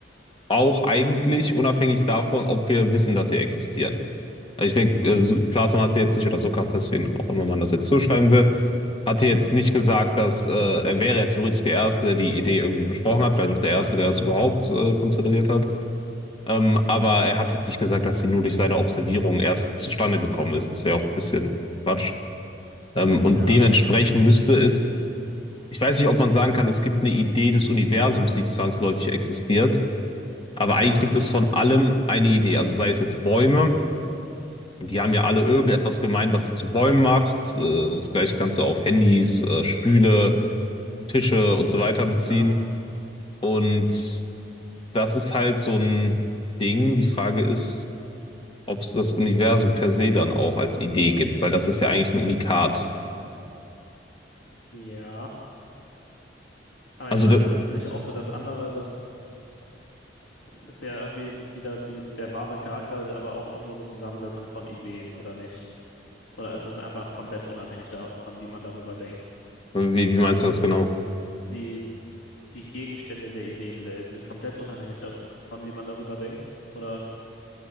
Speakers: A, on the left (about 30°); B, on the left (about 75°).
A: auch eigentlich unabhängig davon, ob wir wissen, dass sie existieren. Also ich denke, also Platon hatte jetzt nicht, oder Sokrates, wen auch immer man das jetzt zuschreiben will, hatte jetzt nicht gesagt, dass äh, er wäre ja theoretisch der Erste, der die Idee irgendwie besprochen hat, vielleicht auch der
B: ja,
A: Erste, der das überhaupt äh, konzentriert hat. Ähm, aber er hat jetzt nicht gesagt, dass sie nur durch seine Observierung erst zustande gekommen ist. Das wäre auch ein bisschen Quatsch. Ähm, und
B: ja,
A: dementsprechend müsste es, ich weiß nicht, ob man sagen kann, es gibt eine Idee des Universums, die zwangsläufig existiert. Aber
B: ja,
A: eigentlich gibt es von allem eine Idee. Also sei es jetzt Bäume, die haben ja alle irgendetwas gemein, was sie zu Bäumen macht. Äh, Das gleiche kannst du auf Handys, äh, Stühle, Tische und so weiter beziehen.
B: ja,
A: Und das ist halt so ein Ding. Die Frage ist, ob es das Universum per se dann auch als Idee gibt, weil das ist ja eigentlich ein Unikat.
B: ja. Aber
A: Also
B: ich meine,
A: da-
B: ist es nicht auch so, dass andere das Ist ja irgendwie wieder die, der wahre Charakter, aber auch irgendwo eine Zusammensetzung von Ideen, oder nicht? Oder ist es einfach komplett unabhängig davon, wie man darüber denkt?
A: wie, wie meinst du das genau?
B: Die, die Gegenstände der Ideenwelt sind komplett unabhängig davon, wie man darüber denkt? Oder